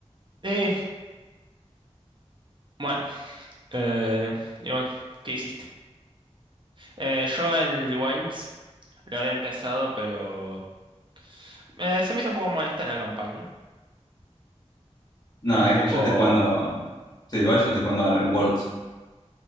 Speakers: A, on the right (about 45°); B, on the left (about 35°).
A: Eh, bueno, eh, y bueno, ¿qué hiciste? Eh, yo el Wilds lo había empezado, pero eh, se me hizo un poco molesta la campaña.
B: No,
A: Es un
B: es
A: poco
B: que yo estoy jugando... Sí, igual yo estoy jugando al Worlds.